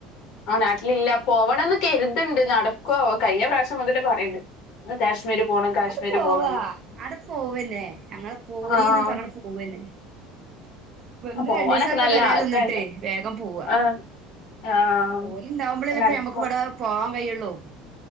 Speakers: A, on the left (about 60°); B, on the right (about 40°).
A: ആ നാട്ടിലില്ല പോവണംന്ന് കരുതുണ്ട് നടക്കോവം കഴിഞ്ഞ പ്രാവശ്യം <unintelligible> <unintelligible>
B: അങ്ങോട്ട്
A: കാശ്മീർ
B: പോവാ
A: പോണം എന്ന്.
B: അടെ പോവന്നെ ഞങ്ങൾ പോരിീന്ന്
A: ആ
B: പറഞ്ഞ പോവന്നെ വന്ന്
A: പോവാനൊക്കെ
B: രണ്ടീസൊക്കെ
A: നല്ല
B: പെരേ
A: ആഗ്രഹണ്ട്
B: നിന്നിട്ടേ വേഗം പോവാ
A: ആഹ് ആഹ്
B: ഓല് ഇണ്ടാവുമ്പോളല്ലപ്പ
A: നടക്ക
B: മക്ക് ഇവിടെ പോവാൻ കഴിയുള്ളു